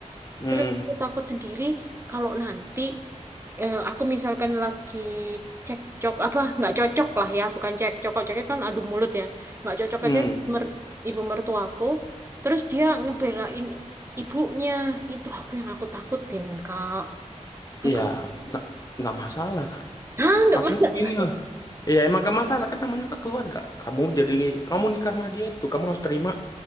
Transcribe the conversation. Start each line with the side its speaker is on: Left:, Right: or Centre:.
Left: hmm
Right: Terus aku takut sendiri kalau nanti eh, aku misalkan lagi cekcok apa nggak cocok lah ya, bukan cekcok, kalau cekcok kan adu mulut ya, nggak cocok
Left: hmm
Right: aja mer- ibu mertuaku. Terus dia ngebelain ibunya itu aku yang aku takutin kak. Aduh,
Left: ya nggak nggak masalah kan
Right: ah nggak
Left: maksudnya
Right: masalah.
Left: gini lah ya emang gak masalah kan namanya juga keluarga kamu jadi kamu nikah sama dia itu kamu harus terima